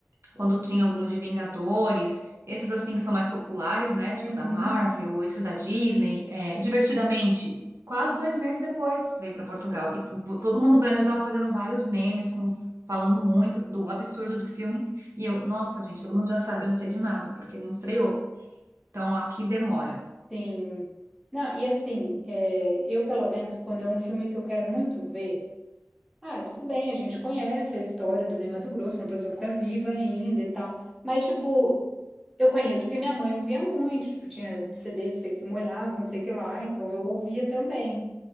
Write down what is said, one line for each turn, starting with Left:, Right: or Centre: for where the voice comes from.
Right: quando tinha algum de Vingadores, esses assim que são mais populares, né?
Centre: Uhum,
Right: Tipo da Marvel, ou esses da Disney, é, divertidamente. Quase dois meses depois veio para Portugal. E vo- todo mundo no Brasil estava fazendo vários memes, com, falando muito do absurdo do filme. E eu, nossa, gente, todo mundo já sabe, eu não sei de nada, porque não estreou. Então aqui demora.
Centre: sim. Não, e assim, é, eu pelo menos, quando é um filme que eu quero muito ver, ah, tudo bem, a gente conhece a história do Ney Matogrosso, uma pessoa que tá viva ainda e tal, mas tipo, eu conheço porque minha mãe ouvia muito, tipo, tinha CD do Secos e Molhados, não sei o que lá, então eu ouvia também.